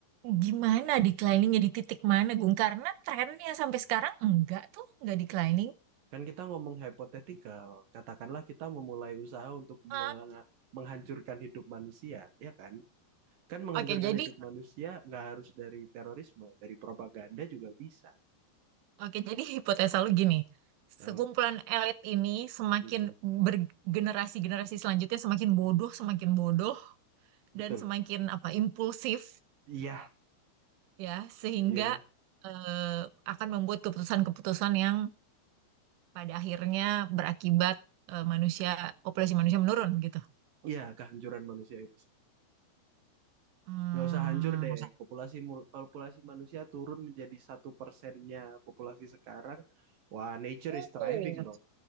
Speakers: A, on the right (about 80°); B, on the right (about 65°).
A: Gimana decliningnya di titik mana, Gung? Karena trennya sampai sekarang enggak tuh, enggak declining.
B: Kan kita ngomong hypothetical. Katakanlah kita memulai usaha untuk
A: Ah,
B: meng- menghancurkan hidup manusia, ya kan? Kan menghancurkan
A: Oke, jadi
B: hidup manusia nggak harus dari terorisme, dari propaganda juga bisa.
A: oke, jadi hipotesa lu gini.
B: Hmm.
A: Sekumpulan elit ini semakin
B: Mm-mm,
A: bergenerasi-generasi selanjutnya semakin bodoh, semakin bodoh,
B: betul.
A: dan semakin apa impulsif
B: Iya,
A: ya sehingga
B: iya,
A: eh, akan membuat keputusan-keputusan yang pada akhirnya berakibat eh, manusia populasi manusia menurun gitu.
B: iya kehancuran manusia itu.
A: Hmm.
B: Nggak usah hancur deh. Populasi mul- populasi manusia turun menjadi satu persennya populasi sekarang. Wah, nature
A: Hmm.
B: is thriving dong.